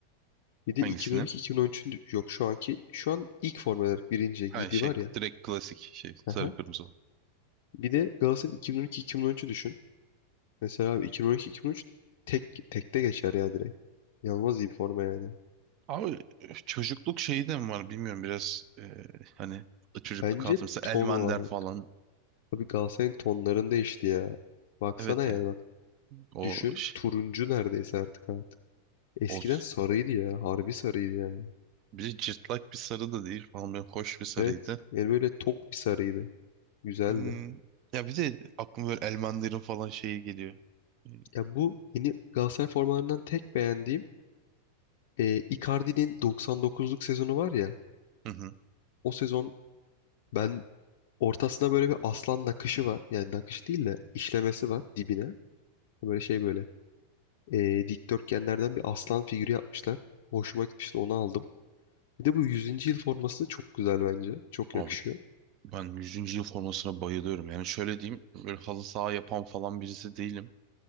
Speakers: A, on the left; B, on the right.
A: Bir
B: Hangisini?
A: de 2012-2013'ün yok şu anki. Şu an ilk forma olarak birinci
B: Ha
A: giydiği
B: şey
A: var ya.
B: direkt klasik şey sarı
A: Aha.
B: kırmızı olan.
A: Bir de Galatasaray'ın 2012-2013'ü düşün. Mesela abi 2012-2013 tek tekte geçer ya direkt. Yalmaz iyi bir forma yani.
B: Abi e, çocukluk şeyi de mi var bilmiyorum biraz e, hani çocukluk
A: Bence
B: hatırlısı
A: ton
B: Elmander
A: olarak.
B: falan.
A: Abi Galatasaray'ın tonlarını değişti ya. Baksana
B: Evet
A: yani
B: ya
A: bak.
B: o,
A: Düşün
B: ş-
A: turuncu neredeyse artık artık. Eskiden
B: o
A: sarıydı ya. Harbi sarıydı yani.
B: Biri cırtlak bir sarı da değil falan böyle hoş bir sarıydı.
A: Evet. Yani böyle tok bir sarıydı. Güzeldi.
B: Hmm, ya bir de aklıma böyle El Mandarin falan şeyi geliyor. Ee,
A: Ya bu yeni Galatasaray formalarından tek beğendiğim e, Icardi'nin 99'luk sezonu var ya.
B: Hı hı.
A: O sezon ben ortasına böyle bir aslan nakışı var. Yani nakış değil de işlemesi var dibine. Böyle şey böyle. E, dikdörtgenlerden bir aslan figürü yapmışlar. Hoşuma gitmişti onu aldım. Bir de bu yüzüncü yıl forması çok güzel bence. Çok
B: Abi
A: yakışıyor.
B: ben yüzüncü yıl formasına bayılıyorum. Yani şöyle diyeyim böyle halı saha yapan falan birisi değilim.